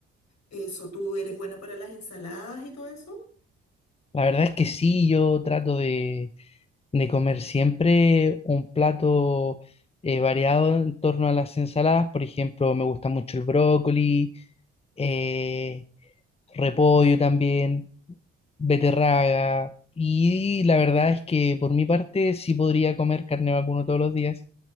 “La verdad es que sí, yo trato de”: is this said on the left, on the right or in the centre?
Left